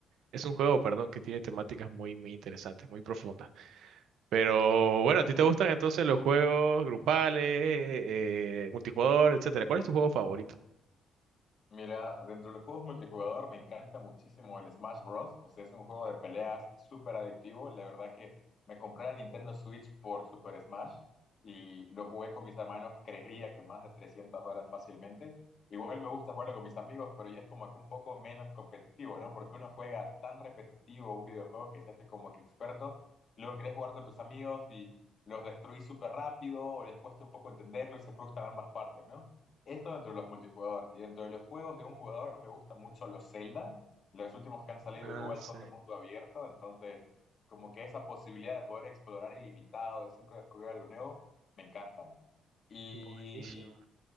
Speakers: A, on the right (about 75°); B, on the left (about 50°).
A: es un juego, perdón, que tiene temáticas muy, muy interesantes, muy profundas. Pero bueno, ¿a ti te gustan entonces los juegos grupales, eh, multijugador, etcétera? ¿Cuál es tu juego favorito?
B: Mira, dentro de los juegos multijugador me encanta muchísimo el Smash Bros. O sea, es un juego de peleas súper adictivo. La verdad que me compré la Nintendo Switch por Super Smash y lo jugué con mis hermanos, creería que más de 300 horas fácilmente. Igual me gusta jugarlo con mis amigos, pero ya es como que un poco menos competitivo, ¿no? Porque uno juega tan repetitivo un videojuego que se hace como que experto. Luego querés jugar con tus amigos y los destruís súper rápido o les cuesta un poco entenderlo y se frustran ambas partes, ¿no? Esto dentro de los multijugador. Y dentro de los juegos de un jugador me gustan mucho los Zelda. Los últimos que han salido
A: Ah,
B: igual
A: sí.
B: son de mundo abierto, entonces como que esa posibilidad de poder explorar ilimitado, de siempre descubrir algo nuevo, me encantan. Y
A: Buenísimo.